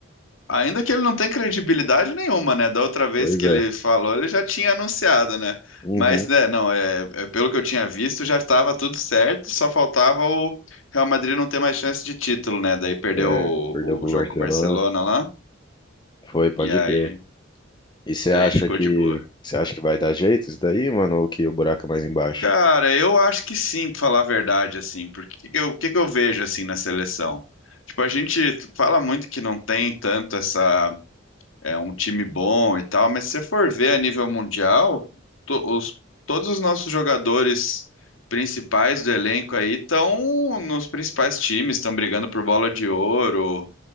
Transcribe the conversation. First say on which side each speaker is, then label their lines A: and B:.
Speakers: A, on the left (about 85°); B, on the left (about 25°).
A: Ainda que ele não tenha credibilidade nenhuma, né? Da outra vez
B: Pois
A: que
B: é.
A: ele falou, ele já tinha anunciado, né?
B: Uhum.
A: Mas, né, não, é, é, pelo que eu tinha visto, já estava tudo certo, só faltava o Real Madrid não ter mais chance de título, né? Daí perdeu
B: É,
A: o,
B: perdeu pro
A: o jogo
B: Barcelona.
A: com o Barcelona lá,
B: Foi, pode
A: e aí
B: crer. E você
A: daí
B: acha
A: ficou
B: que
A: de boa.
B: você acha que vai dar jeito isso daí, mano, ou que o buraco é mais embaixo?
A: Cara, eu acho que sim, pra falar a verdade, assim, porque que que eu, que que eu vejo, assim, na seleção? Tipo, a gente fala muito que não tem tanto essa é um time bom e tal, mas se você for ver a nível mundial, to- os- todos os nossos jogadores principais do elenco aí estão nos principais times, estão brigando por bola de ouro.